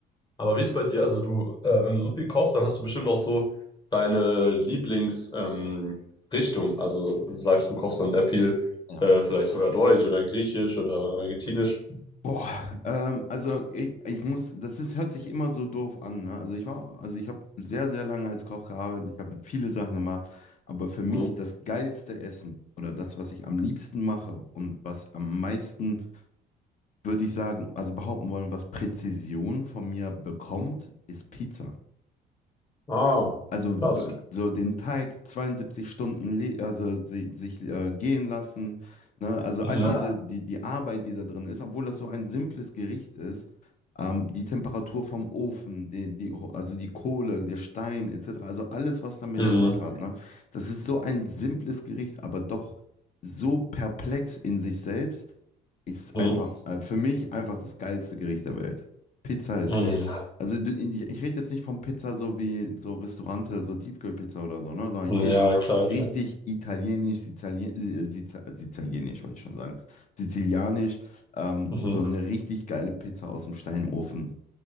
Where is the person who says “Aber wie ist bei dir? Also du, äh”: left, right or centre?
Left